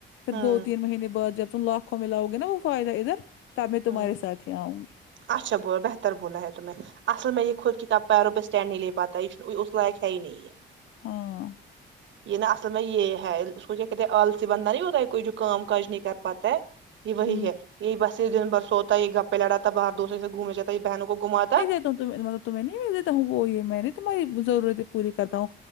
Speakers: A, on the left (about 75°); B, on the right (about 70°).
A: پھر
B: ہوں
A: دو تین مہینے بعد جب تم لاکھوں میں لاؤ گے نا وہ فائدہ ادھر تب میں
B: ہاں
A: تمہارے ساتھ ہی آؤں گی
B: اچھا بو بہتر بولا ہے تمیں اصل میں یہ خود کتاب پارو ب اسٹینڈ نہیں لے پاتا اس لائق ہے ہی نہیں ہے
A: ہاں
B: یہ نا اصل میں یہ ہے اس کو کیا کہتے ہیں آلسی بندہ نہیں ہوتا ہے کوئی جو کام کاج نہیں کر پاتا ہے یہ وہی
A: ہوں
B: ہے یہی بس اس دن برسوتا ہے یہ گپے لڑا باہر دوستوں سے گھومنے جاتا یہ بہنوں کو گھما
A: توطلب <unintelligible> تو میں نہیں بھی دیتا ہوں وہ یہ میں نہیں تمہاری ضرورتیں پوری کرتا ہوں